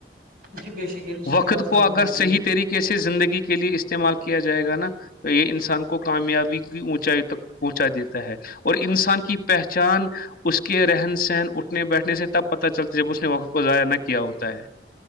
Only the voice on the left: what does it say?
وقت
کو اگر
صحیح
طریقے کیسے زندگی کے لیے استعمال کیا جائے گا نا یہ انسان کو کامیابی کی اونچائی تک پہنچا دیتا ہے اور انسان کی پہچان اس کے رہن سہن اٹھنے بیٹھنے سے تب پتا چلتا جب اس نے وقت کو ضائع نہ کیا ہوتا ہے